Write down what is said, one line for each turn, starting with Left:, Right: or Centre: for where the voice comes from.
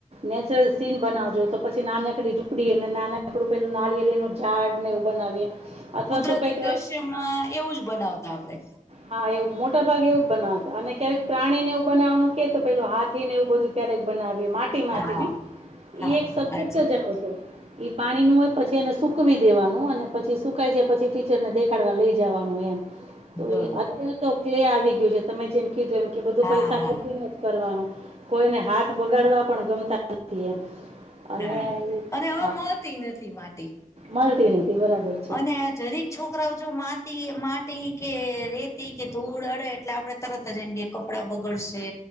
Right: નેચરલ. સીન બનાવજો તો, પછી નાનકડી ઝૂપડી અને નાનકડુ પેલું નાળિયેરનું ઝાડ ને એવું બનાવીએ. અથવા
Left: કુદરતી
Right: તો કંઈક
Left: દ્રશ્યમાં એવું જ બનાવતા આપડે.
Right: હા, એવું મોટા ભાગે એવું જ બનાવતા, અને ક્યારેક પ્રાણી ને, એવું બનાવાનું કે, તો પેલું હાથીને એવું બધું. ક્યારેક બનાવીએ માટીમાંથી
Left: હા
Right: હોં,
Left: હા
Right: ઈ એક સબ્જેક્ટ
Left: અચ્છા
Right: જ એવો છે. એ પાણીનું હોય, પછી એને સુકવી દેવાનું અને પછી સુકાઈ જાય, પછી ટીચરને દેખાડવા લઈ જવાનું એમ. તો
Left: બરોબર
Right: અત્યારે તો કલે આવી ગયું છે, તમે જેમ કીધું એમ કે, બધું
Left: હા
Right: પૈસા
Left: હા
Right: ખર્ચીને કરવાનું કોઈને હાથ બગાડવા પણ ગમતા નથી એમ. અને
Left: હા,
Right: ઈ
Left: અને હવે
Right: હા
Left: મળતી ય નથી, માટી
Right: મળતી નથી બરાબર છે
Left: અને આ જરીક છોકરાઓ જો માટી માટી કે, રેતી કે, ધૂળ અડે એટલે આપણે તરત જ એમ કે કપડાં બગડશે.